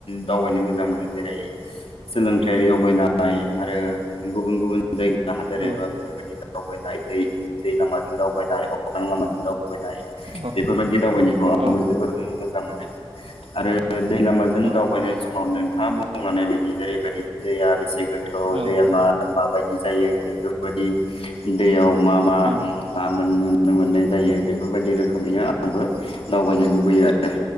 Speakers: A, on the left; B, on the right.
A: दावबायनो मोजां मोनो जेरै सोलोंथाइयारि दावबायनाय आरो गुबुन गुबुन जायगा हादर
B: औ
A: एबा बेफोरबायदि दा दावबायनाय दै दै नामाज दावबायनाय अख्रां लामाजों दावबायनाय
B: औ
A: बेफोरबायदिनो दावबायनायखौ आंबो
B: औ
A: जोबोर मोजां मोनो आरो दै लामाजों
B: औ
A: दावबायनाय समाव नों नोंथाङा बुंलांनाय बायदि जेरैबायदि दैया बेसे गो थ'
B: औ
A: दैया मा मा बायदि जायो बेफोरबायदि दैयाव मा मा
B: औ
A: नुनो मोननाय जायो बेफोरबायदि रोखोमैनो आंबो दावबायनो लुबैयो आरो